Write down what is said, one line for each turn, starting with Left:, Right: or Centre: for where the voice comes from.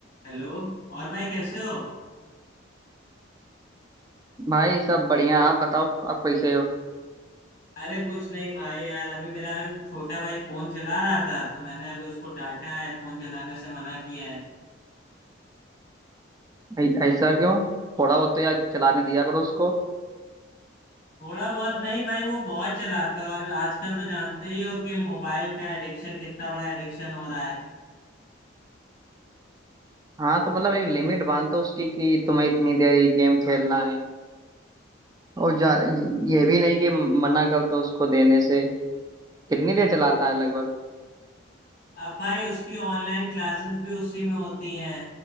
Left: Hello और भाई कैसे हो
Right: भाई सब बढ़िया आप बताओ आप कैसे हो
Left: अरे कुछ नहीं भाई यार अभी मेरा छोटा भाई फोन चला रहा था तो मैंने अभी उसको डांटा है फोन चलाने से मना किया है
Right: ऐ- ऐसा क्यों थोड़ा बहुत तो यार चलाने दिया करो उसको
Left: थोड़ा बहुत नहीं भाई वो बहुत चलाता है और आजकल तो जानते ही हो कि मोबाइल का एडिक्शन कितना बड़ा एडिक्शन हो रहा है
Right: हाँ तो मतलब एक लिमिट बांध दो उसकी कि तुम्हें इतनी देर ये गेम खेलना है और जा ये भी नहीं कि मना कर दो उसको देने से कितनी देर चलाता है लगभग
Left: अब भाई उसकी ऑनलाइन क्लासेस भी उसी में होती हैं